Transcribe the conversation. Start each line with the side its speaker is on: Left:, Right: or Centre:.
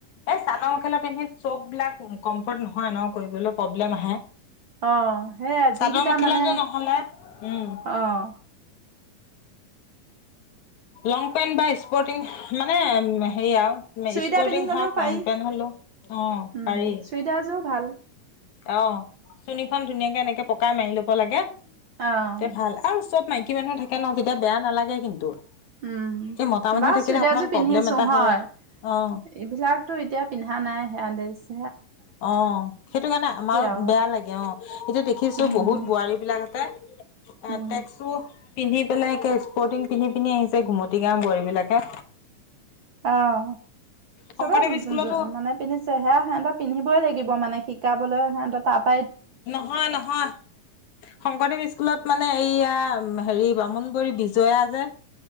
Left: এই চাদৰ মেখেলা পিন্ধি চব বিলাক কম্ফৰ্ট নহয় ন কৰিবলৈ প্ৰব্লেম আহে।
Right: অঁহ সেই যিকেইটা
Left: চাদৰ মেখেলাযোৰ
Right: মানে,
Left: নহ'লে উম
Right: অঁ।
Left: লং পেণ্ট বা স্পৰ্টিং মানে হেৰি আৰু
Right: চুইদাৰ
Left: স্পৰ্টিং
Right: পিন্ধি গ'লেও
Left: হক
Right: পাৰি
Left: পেন্ট হলেও, অ
Right: উম,
Left: পাৰি।
Right: চুইদাৰযোৰ ভাল।
Left: অঁ চুণীখন ধুনীয়াকে এনেকে পকাই মাৰি লব লাগে
Right: অ'।
Left: তে ভাল আৰু চব মাই কি মানুহ থাকে ন তেতিয়া বেয়া নালাগে কিন্তু।
Right: উম
Left: এই মতা মানুহ
Right: বাৰু
Left: থাকিলে
Right: চুইদাৰযোৰ
Left: অকমান
Right: পিন্ধিছো
Left: প্ৰব্লেম এটা
Right: হয়,
Left: অ
Right: এইবিলাকতো এতিয়া পিন্ধা নাই সেয়া দেছ।
Left: অ' সেইটো কাৰণে আমাৰো
Right: আৰু।
Left: বেয়া লাগে অ, এতিয়া দেখিছো
Right: উম
Left: বহুত বোৱাৰী বিলাক আছে এ
Right: উম
Left: টেকচো পিন্ধি পেলাই একে স্পৰ্টিং পিন্ধি- পিন্ধি আহিছে ঘুমতি গাওৰ বোৱাৰী বিলাকে।
Right: অ'
Left: শংকৰদেৱ
Right: চবেই
Left: স্কুলতো
Right: মানে পিন্ধিছে, সেয়া সিহতৰ পিন্ধিবই লাগিব মানে, শিকাবলৈ সিহঁতৰ তাপ
Left: নহয় নহয় শংকৰদেৱ স্কুলত মানে এইয়া হেৰি বামুণ বুলি বিজয়া যে